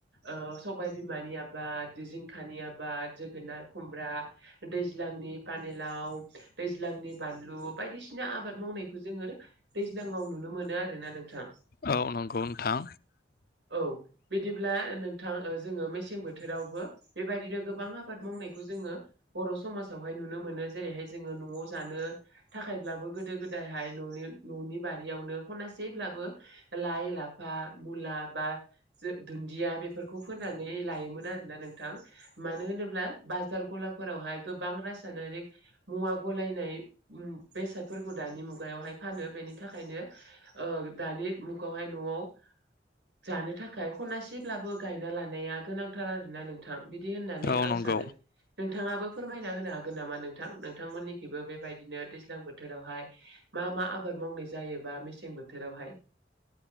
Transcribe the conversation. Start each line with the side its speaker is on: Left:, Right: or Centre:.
Right: ओ बिमानि आबाद जिंखानि आ बाद जोगोनार खुमब्रा दैज्लांनि पानिलाव दैज्लांनि बानल बायदिसिना आबाद मावनायखौ जोङो दैज्लाङाव नुनो मोनो आरोना नोंथां
Left: औ नंगौ नोंथां
Right: औ बिदिब्ला नोंथां जोङो मेसें बोथोरावबो बेबायदिनो गोबां आबाद मावनायखौ जोङो बर' समाजावहाय नुनो मोनो जेरैहाय जोङो न'आव जानो थाखाय थाखायब्लाबो गोदो गोदायहाय न'नि न'नि बारियावनो खनासेब्लाबो लाइ लाफा मुला बा जो दुन्दिया बेफोरखौ फोनानै लायोमोन आरोना नोंथां मानो होनोब्ला बाजार गलाफोरावहाय गोबां रासायनारिक मुवा गलायनाय बेसादफोरखौ दानि मुगायावहाय फानो बेनि थाखायनो ओ दानि मुगायावहाय न'आव जानो थाखाय खनासेब्लाबो गायना लानाया गोनांथार आरोना नोंथां बिदि बि होननानै
Left: औ
Right: आं
Left: नंगौ
Right: सानो नोंथाङाबो फोरमायना होनो हागोन नामा नोंथां नोंथांमोननिखबो बेबायदिनो दैज्लां बोथोरावहाय मा मा आबाद? बे मावनाय जायोबा मेसें बोथोरावहाय